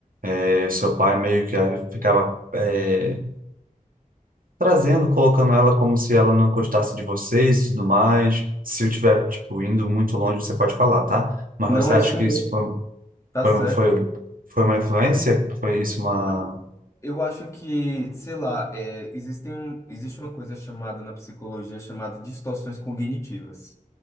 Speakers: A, on the right; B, on the left.
A: eh, seu pai meio que a- ficava eh, trazendo, colocando ela como se ela não gostasse de vocês e tudo mais. Se eu tiver, tipo, indo muito longe, você pode falar, tá? Mas
B: Não,
A: você
B: é
A: acha
B: isso
A: que
B: mesmo,
A: isso foi,
B: tá
A: foi,
B: certo.
A: foi, foi uma influência? Foi isso uma...
B: Oi. Eu acho que, sei lá, é, existem, um- existe uma coisa chamada na psicologia chamada distorções cognitivas.